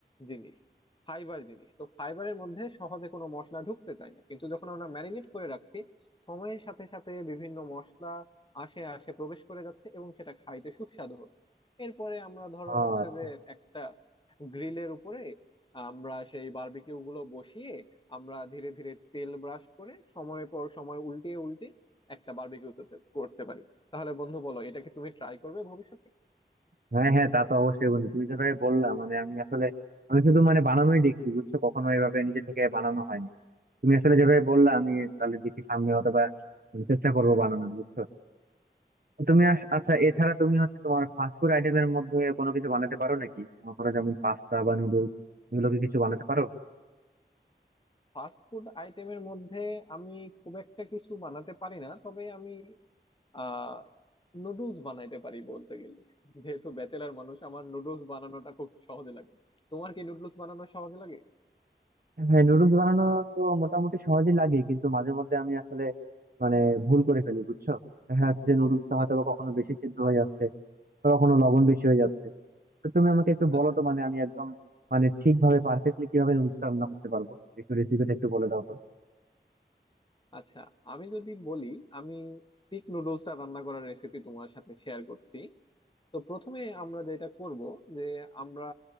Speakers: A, on the left; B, on the right.
A: জিনিস ফাইবার জিনিস তো ফাইবারের মধ্যে সহজে কোনো মশলা ঢুকতে চায় না কিন্তু যখন আমরা ম্যারিনেট করে রাখছি সময়ের সাথে সাথে বিভিন্ন মশলা আসে আসে প্রবেশ করে যাচ্ছে এবং সেটা খাইতে সুস্বাদু হচ্ছে এরপরে আমরা ধরো
B: ও
A: হচ্ছে
B: আচ্ছা
A: যে একটা গ্রিলের উপরে আমরা সেই বারবিকিউ গুলো বসিয়ে আমরা ধীরে ধীরে তেল ব্রাশ করে সময় পর সময় উল্টিয়ে উল্টে একটা বারবিকিউ করতে পারি তাহলে বন্ধু বলো এটা কি তুমি ট্রাই করবে ভবিষ্যতে
B: হ্যাঁ হ্যাঁ তা তো অবশ্যই বন্ধু তুমি যেভাবে বললা মানে আমি আসলে আমি শুধু মানে বানানোই দেখছি বুঝছো কখনো এভাবে নিজে থেকে বানানো হয়নি তুমি আসলে যেভাবে বললা আমি তাহলে দেখি সামনে হয়তো বা মানে চেষ্টা করবো বানানোর বুঝছো তো তুমি আস- আচ্ছা
A: আচ্ছা
B: এছাড়া তুমি হচ্ছে তোমার ফাস্ট ফুড আইটেমের মধ্যে কোনো কিছু বানাতে পারো নাকি মনে করো যেমন পাস্তা বা নুডলস এগুলো কি কিছু বানাতে পারো
A: ফাস্ট ফুড আইটেমের মধ্যে আমি খুব একটা কিছু বানাতে পারি না তবে আমি আহ নুডলস বানাইতে পারি বলতে গেলে যেহেতু ব্যাচেলার মানুষ আমার নুডলস বানানোটা খুব সহজে লাগে তোমার কি নুডলস বানানো সহজ লাগে
B: হ্যাঁ নুডলস বানানো তো মোটামুটি সহজই লাগে কিন্তু মাঝে মধ্যে আমি আসলে মানে ভুল করে ফেলি বুঝছো দেখা যাচ্ছে যে নুডলসটা হয়তো
A: আচ্ছা
B: বা কখনো বেশি সিদ্ধ হয়ে যাচ্ছে বা কখনো লবণ বেশি হয়ে যাচ্ছে তো তুমি আমাকে একটু
A: আচ্ছা
B: বলো তো মানে আমি একদম মানে ঠিকভাবে পারফেক্টলি কিভাবে নুডলসটা রান্না করতে পারবো একটু রেসিপিটা একটু বলে দাও তো
A: আচ্ছা আমি যদি বলি আমি স্টিক নুডলসটা রান্না করার রেসিপি তোমার সাথে শেয়ার করছি তো প্রথমে আমরা যেটা করব যে আমরা